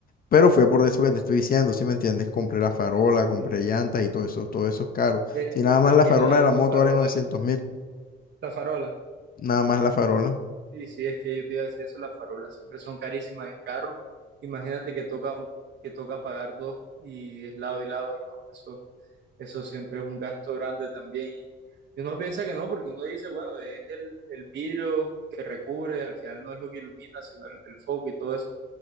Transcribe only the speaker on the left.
pero fue por eso que te estoy diciendo, ¿sí me entiendes? Compré la farola, compré
llantas y todo eso, todo eso es caro.
Si nada
más
la farola
de la
moto
vale novecientos mil,
nada más la farola.